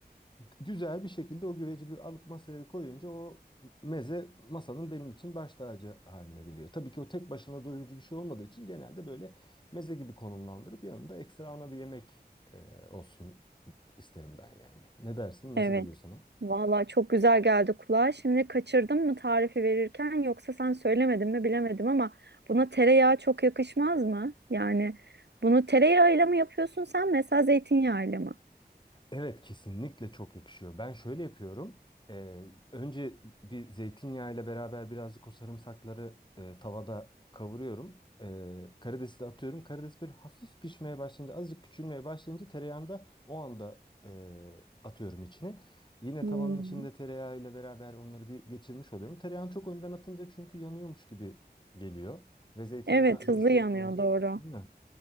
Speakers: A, on the left; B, on the right.
A: Güzel bir şekilde o güveci bir alıp masaya koyunca o meze masanın benim için baş tacı haline geliyor. Tabii ki o tek başına doyurucu bir şey olmadığı için genelde böyle meze gibi konumlandırıp yanında ekstra ana bir yemek e, olsun isterim ben yani. Ne dersin? Nasıl
B: Evet.
A: geliyor sana?
B: Vallahi çok güzel geldi kulağa. Şimdi kaçırdım mı tarifi verirken yoksa sen söylemedin mi bilemedim ama buna tereyağı çok yakışmaz mı? Yani bunu tereyağıyla mı yapıyorsun sen mesela zeytinyağıyla mı?
A: Evet kesinlikle çok yakışıyor. Ben şöyle yapıyorum. Ee, önce bir zeytinyağı ile beraber birazcık o sarımsakları e, tavada kavuruyorum. Ee, karidesi de atıyorum. Karides böyle hafif pişmeye başlayınca, azıcık küçülmeye başlayınca tereyağını da o anda e, atıyorum içine. Yine
B: Hmm.
A: tavanın içinde tereyağı ile beraber onları bir geçirmiş oluyorum. Tereyağını çok önden atınca çünkü yanıyormuş gibi geliyor. Ve zeytinyağı
B: Evet
A: desteği
B: hızlı yanıyor
A: olunca
B: doğru.
A: değil mi?